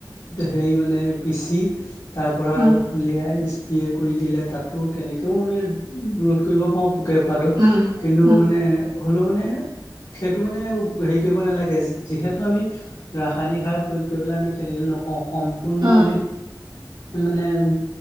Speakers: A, on the left; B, on the right.
A: হেৰি মানে পিচি তাৰ পৰা
B: উম
A: ৰস উলিয়াই স্প্ৰে কৰি দিলে তাতো তেনেকেও আমি ৰোধ কৰিব পাৰো পোকে খোৱাতটো
B: উম
A: কিন্তু
B: উম
A: মানে হলেও মানে সেইটো মানে হেৰি কৰিব নালাগে যিহেতু আমি ৰাসায়নিক সাৰ প্ৰয়োগ কৰিপেলাই আমি খেতিটো নকৰো সম্পূৰ্ণ
B: উম
A: আমি মানে উ